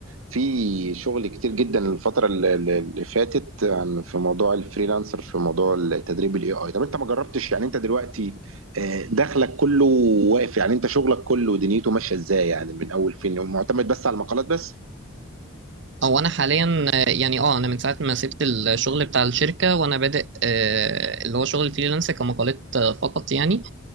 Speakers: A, on the right (about 85°); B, on the right (about 60°).
A: في شغل كتير جدا الفترة اللي اللي فاتت عن في موضوع الفريلانسر في موضوع التدريب الاي اي طب انت ما جربتش يعني انت دلوقتي آه، دخلك كله واقف يعني انت شغلك كله دنيته ماشية ازاي يعني من اول فين معتمد بس على المقالات بس
B: او انا حاليا آه، يعني اه انا من ساعه ما سبت الشغل بتاع الشركه وانا بادئ آه، اللي هو شغل الفريلانس كمقالات آه، فقط يعني